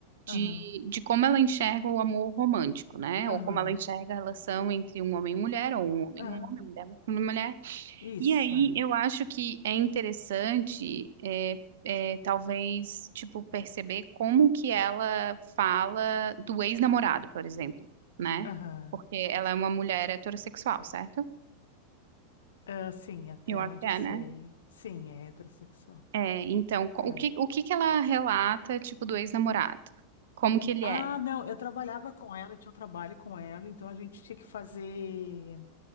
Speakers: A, on the right; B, on the left.
A: de,
B: Aham,
A: de como ela enxerga o amor romântico, né?
B: aham,
A: Ou como ela enxerga a relação entre um homem e mulher, ou um homem
B: aham.
A: e um homem, mulher e mulher.
B: Isso
A: E aí
B: é.
A: eu acho que é interessante, é, é, talvez, tipo, perceber como que ela fala do ex-namorado, por exemplo, né?
B: Aham.
A: Porque ela é uma mulher heterossexual, certo?
B: Ah, sim, até
A: Eu acho
B: onde
A: que é,
B: eu sei.
A: né?
B: Sim, é heterossexual.
A: É, então, co-
B: É.
A: o que, o que que ela relata, tipo, do ex-namorado? Como que ele era?
B: Ah, não, eu trabalhava com ela, eu tinha um trabalho com ela, então a gente tinha que fazer,